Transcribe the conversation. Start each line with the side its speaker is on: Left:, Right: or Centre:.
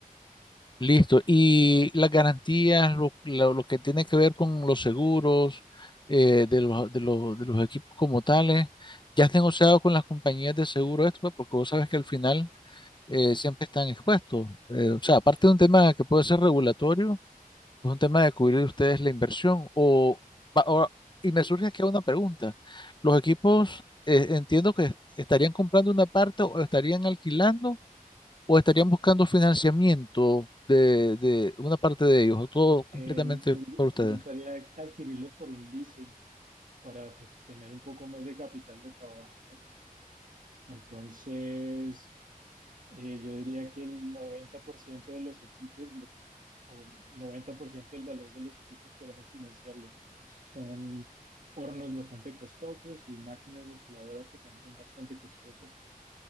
Left: Listo. Y las garantías, lo, lo- lo que tiene que ver con los seguros eh, de los, de los, de los equipos como tales, ya has negociado con las compañías de seguro esto, pues, porque vos sabes que al final eh, siempre están expuestos. Eh, o sea, aparte de un tema que puede ser regulatorio, es un tema de cubrir ustedes la inversión. O, va- ahora- y me surge aquí una pregunta. Los equipos, eh, entiendo que estarían comprando una parte o estarían alquilando o estarían buscando financiamiento de, de una parte de ellos, o todo completamente
Right: Eh, nos,
Left: por
Right: nos
Left: ustedes.
Right: gustaría adquirirlos por un leasing para pues, tener un poco más de capital de trabajo, ¿no? Entonces, eh, yo diría que el 90% de los equipos o 90% del valor de los equipos queremos financiarlo porque pues, son hornos bastante costosos y máquinas mezcladoras que también son bastante costosas.